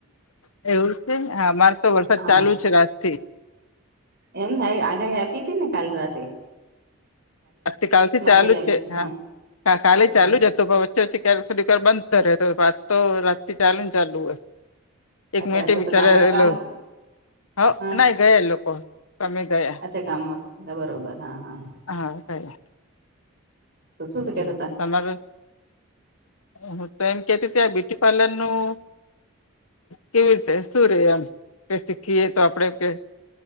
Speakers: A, on the left; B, on the right.
A: એવું છે, હા, મારે તો વરસાદ
B: હા
A: ચાલુ છે રાતથી.
B: એમ આગાહી આપી હતી ને, કાલ રાત્રે.
A: આવતીકાલથી ચાલુ
B: આગાહી આપી
A: જ છે.
B: હતી
A: હા, કાલે
B: બરોબર
A: ચાલુ જ હતું પ ચચી, ક્યારે ખોડીકર બંધ કરે તો વાત, તો રાત થી ચાલ ને ચાલુ હોય. એક
B: અચ્છા
A: મટે
B: તો
A: બિચારલો.
B: તો કામવાળા કામ
A: હ,
B: હા
A: ના ગયા. લોકો કામે ગયા.
B: અચ્છા કામમાં બરોબર હા હા
A: હા.
B: તો શું તો કેતા
A: એ તમારું હ તો એમ કેતીીતે આ બ્યુટી પાર્લરનું- - કે ઢેસું શું રે એમ કે શીખીએ તો આપડે કે- -